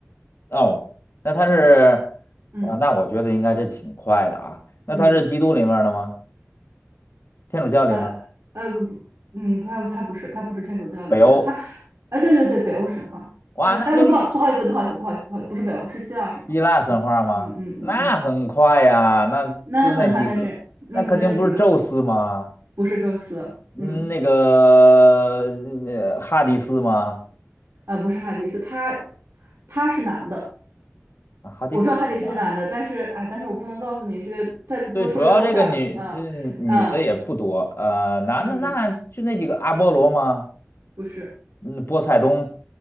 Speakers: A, on the left; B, on the right.
A: 哦，那他是
B: 嗯嗯
A: 啊，那我觉得应该这挺快的啊。那他是基督里面儿的吗？
B: 嗯
A: 天主教里面儿
B: 呃呃不不，嗯，不他不是他不是天主教里面的，
A: 北欧？
B: 他，哎对对对，北欧神话，
A: 哇，
B: 哎哎不不不好意思不好意思不好意思不好意思，
A: 那就一
B: 不是北欧是希腊神话，
A: 希腊神话吗？
B: 嗯嗯嗯嗯嗯，
A: 那很快呀，那就那几个，
B: 那很快那是嗯就那几个，
A: 那肯定不是宙斯吗？
B: 不是宙斯，
A: 嗯，
B: 嗯
A: 那个呃哈迪斯吗？
B: 啊、不是哈迪斯，他他是男的，
A: 啊，哈迪斯也是男的。
B: 我知道哈迪斯是男的，但是哎但是我不能告诉您这个，再多说就露馅儿了，
A: 对，主要这个女这女的也不多，
B: 啊啊
A: 呃，男的那就那几个阿波罗吗？
B: 嗯不是
A: 嗯，波塞冬